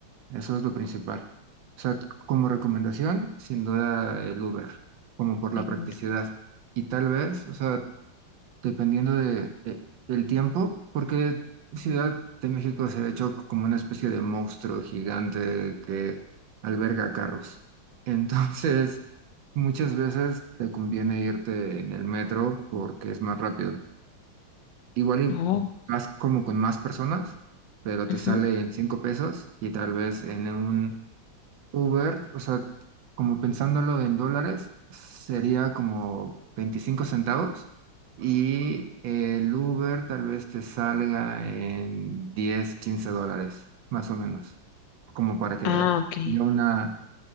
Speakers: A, on the right; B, on the left.
A: Eso es lo principal. O sea, como recomendación, sin duda el Uber, como por la
B: En
A: practicidad.
B: Uber.
A: Y tal vez, o sea, dependiendo de, eh, el tiempo, porque Ciudad de México se ha hecho como una especie de monstruo gigante que alberga carros. <laughs> Entonces, muchas veces te conviene irte en el metro porque es más rápido. Igual y
B: Oh,
A: vas como con más personas, pero te
B: ujú.
A: sale en cinco pesos y tal vez en un Uber, o sea, como pensándolo en dólares, sería como 25 centavos y el Uber tal vez te salga en 10 15 dólares, más o menos, como para que
B: Ah,
A: haya
B: ok.
A: una